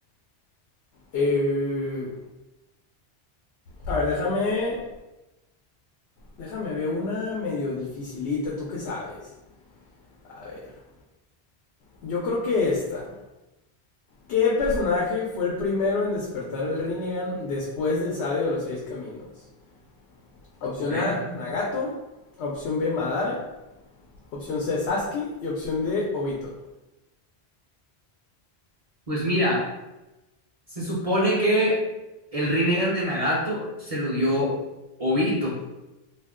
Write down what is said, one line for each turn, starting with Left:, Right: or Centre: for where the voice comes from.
Left: Eh, a ver, déjame, déjame ver una medio dificilita, ¿tú qué sabes? A ver. Yo creo que esta. ¿Qué personaje fue el primero en despertar el Rinnegan después del sabio de los seis caminos? Opción
Right: Ok,
Left: A,
Right: ajá.
Left: Nagato. Opción B, Madara. Opción C, Sasuke. Y opción D, Obito.
Right: Pues mira, se supone que el Rinnegan de Nagato se lo dio Obito.